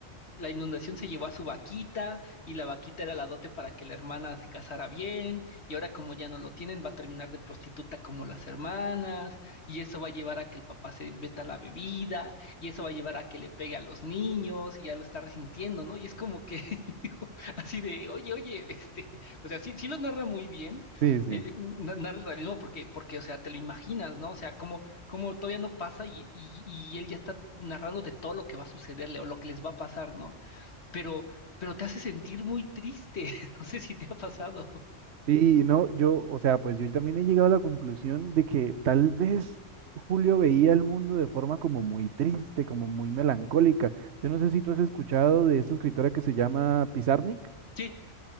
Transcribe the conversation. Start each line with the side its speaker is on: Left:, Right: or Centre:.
Left: la inundación se llevó a su vaquita y la vaquita era la dote para que la hermana se casara bien y ahora como ya no lo tienen va a terminar de prostituta como las hermanas y eso va a llevar a que el papá se veta la bebida y eso va a llevar a que le pegue a los niños y ya lo está resintiendo, ¿no? Y es como que <laughs> digo, así de, oye, oye, este, o sea, sí, sí lo narra muy bien,
Right: sí, sí.
Left: eh,
Right: sí.
Left: eh, na- narra el realismo porque, porque, o sea, te lo imaginas, ¿no? O sea, cómo como todavía no pasa y, y- y él ya está narrándote todo lo que va a sucederle o lo que les va a pasar, ¿no? Pero, pero te hace sentir muy triste. <laughs> No sé si te ha pasado.
Right: Sí, no, yo, o sea, pues yo también he llegado a la conclusión de que tal vez Julio veía el mundo de forma como muy triste, como muy melancólica. Yo no sé si tú has escuchado de esta escritora que se llama Pizarnik
Left: Sí,